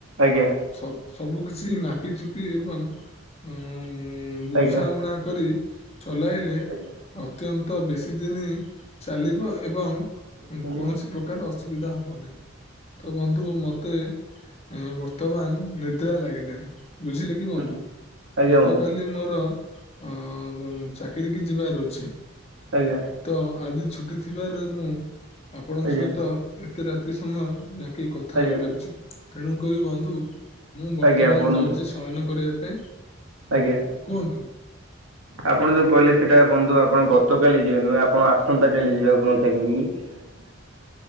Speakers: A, on the right; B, on the left.
A: ଆଜ୍ଞା
B: ସ ସବୁ କିଛି ସେ ମାପିଚୁପି ଏବଂ ଉ ବୁଝାମୁଣା
A: ଆଜ୍ଞା
B: କରି ଚଲାଇଲେ
A: ଆଜ୍ଞା
B: ଅତ୍ୟନ୍ତ ବେଶୀ ଦିନ ଚାଲିବ ଏବଂ
A: ହୁଁ
B: କୌଣସି ପ୍ରକାର ଅସୁବିଧା ହବ ନାହିଁ ତ ବନ୍ଧୁ ମତେ ବର୍ତ୍ତମାନ ନିଦ୍ରା ଲାଗିଲାଣି। ବୁଝିଲେ କି ବନ୍ଧୁ
A: ହୁଁ ଆଜ୍ଞା
B: ଗତକାଲି
A: ବନ୍ଧୁ
B: ମୋର ଅ ଚାକିରି କି ଯିବାର ଅଛି
A: ଆଜ୍ଞା
B: ତ ଆଜି ଛୁଟି ଥିଲା। ଥିବାରୁ ମୁଁ ଆପଣଙ୍କ
A: ଆଜ୍ଞା
B: ସହିତ ଏତେ ରାତି ସମୟ କି କଥା
A: ଆଜ୍ଞା
B: ହେଇପାରୁଛି ତେଣୁକରି ବନ୍ଧୁ ମୁଁ ବର୍ତ୍ତମାନ
A: ଆଜ୍ଞା ବନ୍ଧୁ
B: ଯାଉଛି ଶୟନ କରିବା ପାଇଁ
A: ଆଜ୍ଞା
B: କୁହନ୍ତୁ।
A: ଆପଣ ଯୋଉ କହିଲେ ସେଟା ବନ୍ଧୁ ଆପଣ ଗତକାଲି ଯିବେ ନୁହେଁ ଆପଣ ଆସନ୍ତା କାଲି ଯିବେ ଆପଣଙ୍କ ଚାକିରି କି। <inaudible>